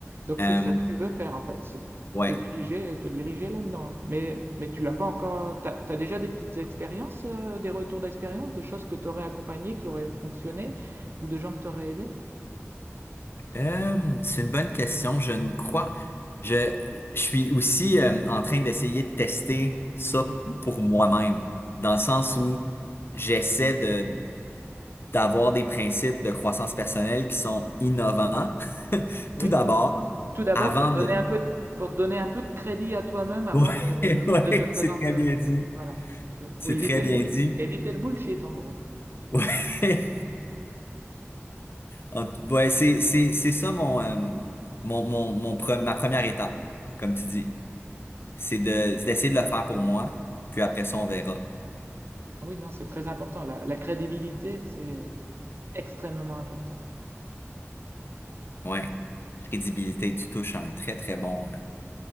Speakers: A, on the right; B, on the left.
A: donc
B: Euh,
A: c'est ça que tu veux faire en fait, c'est
B: ouais,
A: te diriger, te diriger là-dedans. Mais, mais tu l'as pas encore. T'as, t'as déjà des petites expériences, euh, des retours d'expérience, de choses que tu aurais accompagnées, qui auraient fonctionné, ou de gens que tu aurais aidés?
B: Euh, c'est une bonne question. Je ne crois. Je, je suis aussi euh, en train d'essayer de tester ça
A: Mhm.
B: pour moi-même, dans le sens où j'essaie de d'avoir des principes de croissance personnelle qui sont innovants, <laughs>
A: Oui.
B: tout d'abord,
A: Tout d'abord,
B: avant
A: pour te donner
B: de
A: un peu de, pour te donner un peu de crédit à toi-même avant
B: Ouais,
A: de,
B: <laughs> ouais,
A: de te présenter
B: c'est très
A: aux
B: bien
A: autres.
B: dit.
A: Voilà.
B: C'est
A: Ou éviter
B: très bien
A: le bull,
B: dit.
A: éviter le bullshit, en gros.
B: <laughs> Ouais, En tout- ouais, c'est c'est c'est ça mon euh, mon mon mon pre- ma première étape, comme tu dis, c'est de c'est d'essayer de le faire pour moi, puis après ça on verra.
A: Ah Oui, non, c'est très important. La, la crédibilité, c'est extrêmement important.
B: Ouais, crédibilité, tu touches à un très très bon euh,